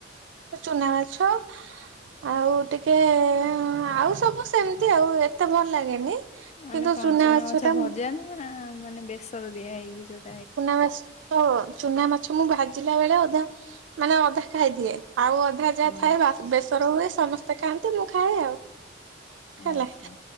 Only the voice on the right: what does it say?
ଚୁନା ମାଛ। ଆଉ ଟିକେ ଆଉ ସବୁ ସେମତି ଆଉ ଏତେ ଭଲ ଲାଗେନି କିନ୍ତୁ
ଚୁନା ମାଛ ଟା।
ସୁନା ଆସୁଛ ତୋର। ଚୁନା ମାଛ ମୁଁ ଭାଜିଲା ବେଳେ ଅଧା ମାନେ ଅଧା। ଖାଇଦିଏ ଆଉ ଅଧା ଯାହା
ଥାଏ ବାସ ବେସର ହୁଏ ସମସ୍ତେ ତ କାନ୍ତିେ ମୁଁ ଖାଏ ଆଉ। ହେଲା